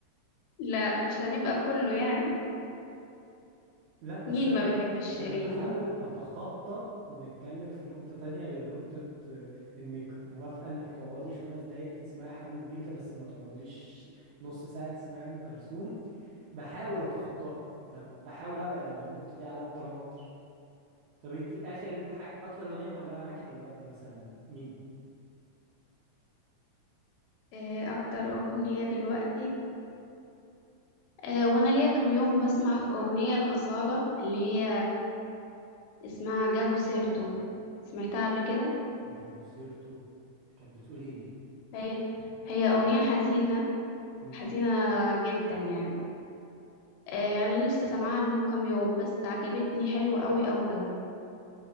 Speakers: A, on the left; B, on the right.
A: لا مش هنبقى كله يعني
B: لا بس
A: مين
B: انا
A: ما بيحبش شيرين
B: انا بحاول اتخطى ونتكلم في نقطة تانية غير نقطة آه، انك موافقة انك تقعدي خمس دقايق تسمعي حمو بيكا بس ما تقعديش نص ساعة تسمعي ام كلثوم بحاول اتخطاها انا بحاول ابعد عن النقطه دي على قد ما اقدر طب انت اخر ح... اكتر اغنيه معلقه معاكي دلوقتي مثلا مين
A: إيه اكتر اغنيه دلوقتي آه، وانا ليا كام يوم بسمع في اغنية الأصالة اللي هي اسمها جابوا سيرته سمعتها قبل كده
B: جابوا سيرته كانت بتقول ايه دي
A: هي هي اغنية حزينة
B: امم
A: حزينة جدا يعني آه، انا لسه سامعاها من كام يوم بس عجبتني حلوة قوي قوي قوي